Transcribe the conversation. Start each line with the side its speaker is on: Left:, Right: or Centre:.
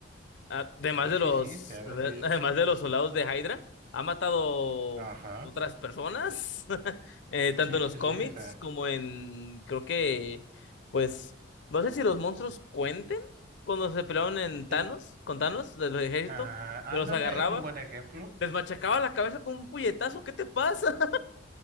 Left: Además
Right: Sí,
Left: de
Right: sí,
Left: los,
Right: sí, se ha decidido.
Left: a ver, <laughs> además de los soldados de Hydra, ha matado
Right: Ajá.
Left: otras personas, <laughs> eh, tanto
Right: Sí,
Left: en los
Right: sí,
Left: cómics
Right: sí, o sea.
Left: como en, creo que, pues, no sé si los monstruos cuenten cuando se pelearon en
Right: Es
Left: Thanos,
Right: que,
Left: con Thanos, de los ejércitos,
Right: ah,
Left: yo
Right: ándale,
Left: los agarraba,
Right: es un buen ejemplo.
Left: les machacaba la cabeza con un puñetazo, ¿qué te pasa?